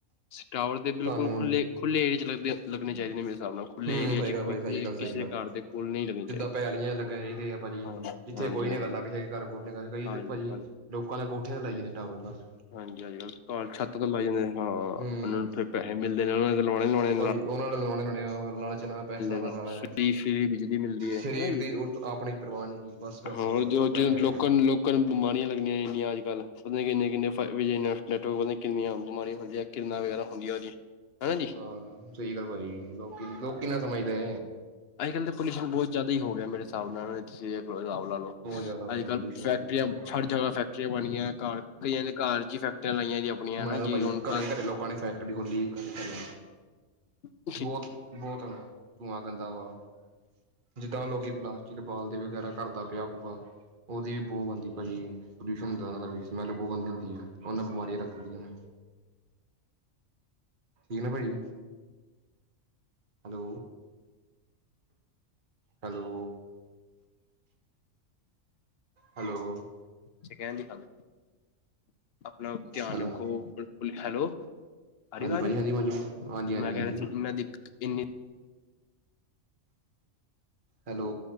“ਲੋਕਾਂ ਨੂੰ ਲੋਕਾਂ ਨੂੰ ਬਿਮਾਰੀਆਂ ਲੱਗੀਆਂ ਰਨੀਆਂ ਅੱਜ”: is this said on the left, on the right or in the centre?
Left